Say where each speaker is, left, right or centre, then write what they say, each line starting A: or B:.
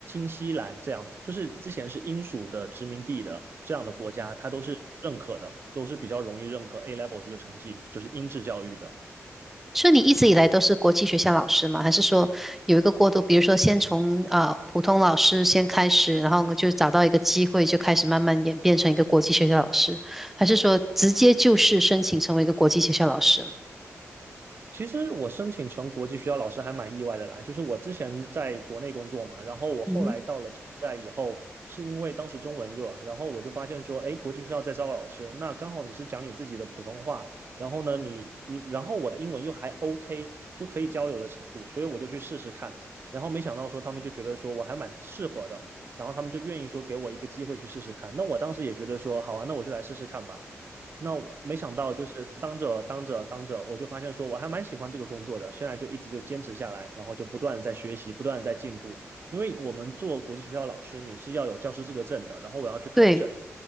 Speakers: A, on the right (about 50°); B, in the centre.
A: 新西兰这样，就是之前是英属的殖民地的这样的国家，它都是认可的，都是比较容易认可 A level 这个成绩，就是英制教育的。
B: 所以你一直以来都是国际学校老师吗？还是说有一个过渡？比如说先从呃普通老师先开始，然后就找到一个机会，就开始慢慢演变成一个国际学校老师，还是说直接就是申请成为一个国际学校老师了？
A: 其实我申请成国际学校，老师还蛮意外的啦。就是我之前在国内工作嘛，然后我后来到了柬埔寨以后，
B: 嗯哼，
A: 是因为当时中文热，然后我就发现说，哎，国际学校在招老师，那刚好你是讲你自己的普通话，然后呢，你，嗯然后我的英文又还 OK，就可以交流的程度，所以我就去试试看。然后没想到说他们就觉得说我还蛮适合的，然后他们就愿意说给我一个机会去试试看。那我当时也觉得说，好啊，那我就来试试看吧。那我没想到，就是当着当着当着，我就发现说我还蛮喜欢这个工作的。现在就一直就坚持下来，然后就不断的在学习，不断的在进步。因为我们做国际学校老师，你是要有教师资格证的，然后我要去考证。
B: 对，